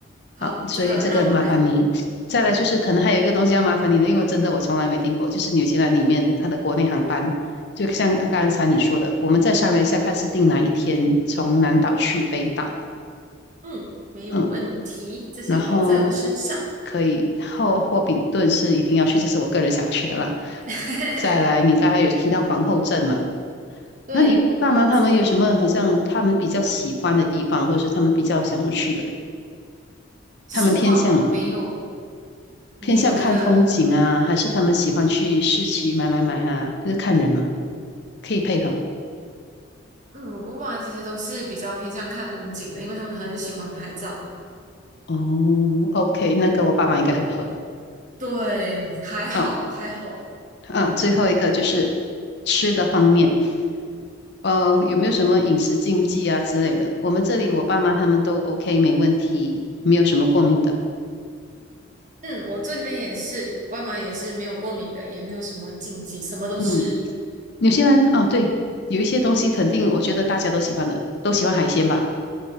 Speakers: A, on the right (about 40°); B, on the left (about 55°).
A: 好，
B: 好，所以这个麻烦您。
A: 这个让我来。
B: 再来就是可能还有一个东西要麻烦你的，因为真的我从来没订过，就是纽西兰里面它的国内航班，就像刚才你说的，我们再商量一下看是订哪一天从南岛去北岛。
A: 嗯，没有问题，
B: 嗯，
A: 这些包在我身上。
B: 然后可以后霍比顿是一定要去，这是我个人想要去的啦。
A: <laughs>
B: 再来，你刚才有提到皇后镇嘛？
A: 对，
B: 那你爸妈他们有什么好像他们比较喜欢的地方，
A: 皇后镇。
B: 或者是他们比较想要去的？
A: 其实我爸爸妈妈没有，
B: 他们偏向
A: 没有一个，
B: 偏向看风景啊，还是他们喜欢去市区买买买啊？就是看人嘛，可以配合。
A: 嗯，我爸妈其实都是比较偏向看风景的，因为他们很喜欢拍照。
B: 哦，OK，那跟我爸妈应该很合。
A: 对，还好还好。
B: 哦，啊，最后一个就是吃的方面。呃，有没有什么饮食禁忌啊之类的？我们这里我爸妈他们都 OK，没问题，没有什么过敏的。
A: 嗯，我这边也是，外妈也是没有过敏的，也没有什么禁忌，什么都吃。
B: 嗯，纽西兰啊，对，有一些东西肯定我觉得大家都喜欢的，都喜欢海鲜吧？